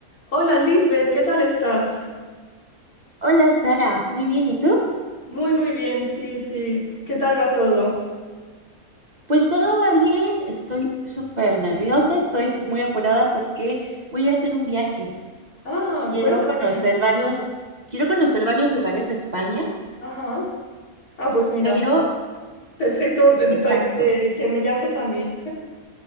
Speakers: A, on the left (about 90°); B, on the right (about 35°).
A: Hola Lisbeth, ¿qué tal estás?
B: Hola Sara, muy bien, ¿y tú?
A: Muy, muy bien, sí, sí. ¿Qué tal va todo?
B: Pues todo va bien, estoy súper nerviosa, estoy muy apurada porque voy a hacer un viaje.
A: Ah,
B: Quiero
A: cuéntame.
B: conocer varios, quiero conocer varios lugares de España,
A: Ajá. Ah, pues mira,
B: pero
A: perfecto eh, para
B: exacto,
A: que, que me llames a mí.